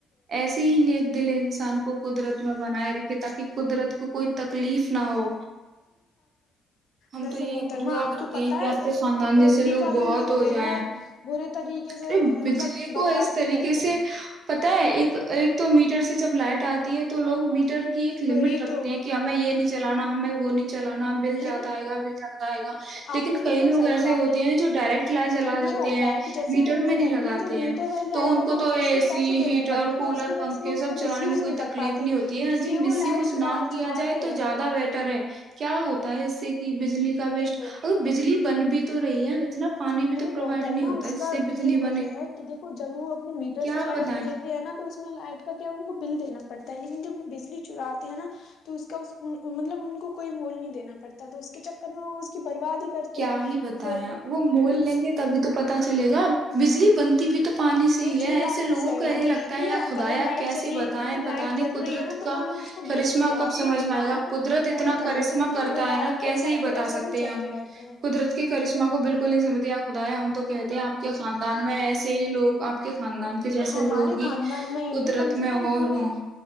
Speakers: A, on the right; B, on the left.
A: ایسے ہی نیک دل انسان کو قدرت میں بنائے رکھے تاکہ قدرت کو کوئی تکلیف نہ ہو ہم
B: ویسے
A: تو یہی
B: محترما
A: دعا
B: آپ
A: کرتے
B: کو پتا
A: ہیں کہ
B: ہے
A: آپ کے خاندان
B: بجلی
A: جیسے
B: کا بھی
A: بہت
B: لوگ
A: ہو
B: بےحد
A: جائیں
B: برے طریقے سے
A: ارے
B: مطلب
A: بجلی کو
B: برباد
A: اس طریقے
B: ہی کرتے ہیں
A: سے پتا ہے ایک ایک تو میٹر سے جب لائٹ آتی ہے تو لوگ میٹر کی ایک لمٹ
B: وہی
A: رکھتے
B: تو
A: ہیں کہ ہمیں یہ نی چلانا ہمیں وہ نہیں چلانا بل
B: لیکن
A: جاتا گا بل چلتاائے گا لیکن
B: آپ نے بالکل
A: کئی لوگ
B: صحیح
A: ایسے
B: کہا
A: ہوتے ہیں جو ڈائریکٹ
B: ارے
A: لائٹ
B: ان
A: چلا
B: کا
A: دیتے
B: یہ ہوتا
A: ہیں
B: ہے کہ جیسے
A: میٹر
B: ان
A: میں
B: کو
A: نہیں
B: گھر
A: لگاتے
B: کی جو میٹر
A: ہیں
B: والی لائٹ
A: تو ان
B: ہے
A: کو
B: نا
A: تو
B: اس
A: اے
B: کے پیسے
A: سی
B: دینے
A: ہیٹر
B: پڑتے ہیں
A: کولر
B: تو اس کی وجہ
A: پنکھے
B: سے وہ اس
A: سب
B: کا
A: چلانے
B: مس یوز
A: میں کوئی
B: نہیں کر
A: تکلیف
B: پاتے
A: نہیں ہوتی ہے
B: اس لیے
A: جی مس
B: وہ لائٹ
A: یوز
B: چلا
A: نہ
B: چراتے
A: کیا جائے تو
B: ہیں
A: زیادہ بیٹر ہے کیا ہوتا ہے اس سے بجلی
B: وہی
A: کا وسٹ
B: تو
A: اگر بجلی بن بھی تو رہی ہے اتنا پانی بھی
B: ارے
A: تو پرووائڈ
B: محترما
A: نہیں ہوتا
B: اس
A: جس
B: کا
A: سے بجلی
B: یہی وجہ
A: بنے
B: ہے کہ دیکھو جب وہ اپنے میٹر
A: کیا
B: سے لائٹ
A: بتائیں
B: لیتے ہیں نا تو اس میں لائٹ کا کیا بل دینا پڑتا ہے لیکن جب بجلی چراتے ہیں نا تو اس کا مطلب ان کوئی مول نہیں دینا پڑتا تو اس کے چکر میں وہ برباد ہی کرتے
A: کیا
B: ہیں
A: ہی وہ
B: پھر
A: مول لیں گے تب تو پتا چلے گا بجلی بنتی بھی تو پانی سے یہ
B: چیز
A: ایسے
B: آپ
A: لوگوں
B: نے شہروں
A: کا ہی
B: میں
A: لگتا
B: دیکھی
A: ہے یا خدا،
B: اگر
A: یا
B: لائٹ
A: کیسے
B: چلی
A: بتائیں
B: مطلب لائٹ
A: پتہ نہیں۔
B: جل
A: قدرت
B: رہی ہے نا تو
A: کا
B: وہ لوگ اس کو
A: کرشمہ
B: بیچ نہیں جلاتے
A: کب سمجھ
B: لیکن
A: میں
B: گاؤں
A: آئے گا۔ قدرت اتنا
B: کوئی
A: کرشمہ
B: کہیں سے بھی
A: کرتی
B: نکلے لائٹ
A: ہے نہ، کیسے
B: پنکھا کولر
A: بتا سکتے
B: سبھی
A: ہیں
B: چلتے
A: ہم۔
B: رہتے ہیں
A: قدرت کے کرشمہ کو بالکل نہیں خدایا ہم تو کہتے ہیں آپ کے خاندان میں ایسے ہی لوگ آپ کے خاندان کے جیسے
B: ہمارے
A: لوگ ہی
B: خاندان میں ہی نہیں
A: قدرت
B: کم سے
A: میں
B: کم
A: اور
B: پورے
A: ہوں